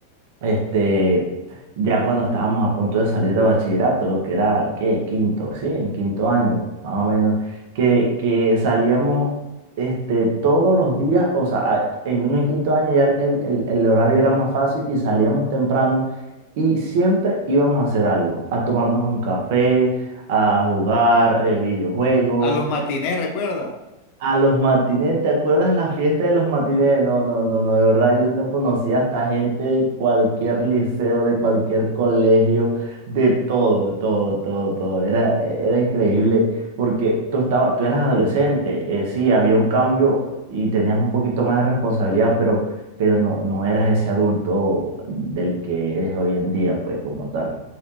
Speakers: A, on the right (about 50°); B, on the left (about 45°).
A: este, ya cuando estábamos a punto de salir de bachillerato, lo que era, ¿qué? Quinto, sí, en quinto año, más o menos, que, que salíamos este, todos los días, o sea, a- en uno en quinto año ya el, el, el- el horario era más fácil y salíamos temprano y siempre íbamos a hacer algo, a tomarnos un café, a jugar eh, videojuegos
B: A los matines, recuerda.
A: a los matinés, ¿te acuerdas la fiesta de los matinés? No, no, no, no, de verdad yo no conocía hasta gente de cualquier liceo, de cualquier colegio, de todo, todo, todo, todo. Era, era increíble porque tú estabas, tú eras adolescente, eh, sí, había un cambio y tenías un poquito más de responsabilidad, pero, pero no, no eras ese adulto del que eres hoy en día, pues como tal.